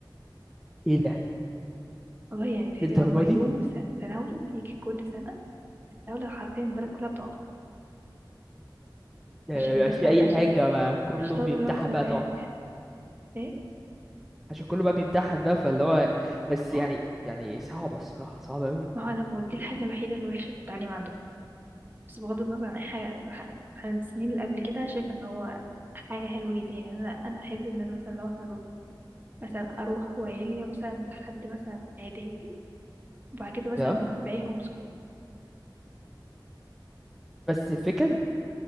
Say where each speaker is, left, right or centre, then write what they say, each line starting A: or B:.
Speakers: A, in the centre; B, on the right.
A: ايه ده
B: والله يعني في-
A: للدرجه
B: هو يوم
A: دي
B: س- سنوي بيجي كل سنة الدولة حرفيا البلد كلها بتقف
A: ده
B: عشان
A: ما بيبقاش
B: الناس
A: في
B: ع-
A: اي حاجه
B: عشان بقى
A: ما كله
B: عشان طلبة
A: بيمتحن
B: اللي هو الثانوية
A: بقى طبعا
B: هيمتحن ايه؟
A: عشان كله بقى بيمتحن بقى فاللي هو بس
B: اه
A: يعني يعني صعبه الصراحه صعبه قوي
B: ما هو أنا بقول دي الحاجة الوحيدة اللي وحشة في التعليم عنده بس بغض النظر عن أي حاجة عن السنين اللي قبل كده شايفة إن هو حاجة حلوة جدا يعني أنا أنا أحب إن أنا مثلا لو إحنا نروح مثلا أروح وعيلي مثلا لحد مثلا إعدادي وبعد كده مثلا
A: ده
B: الباقي هوم سكول
A: بس الفكره إن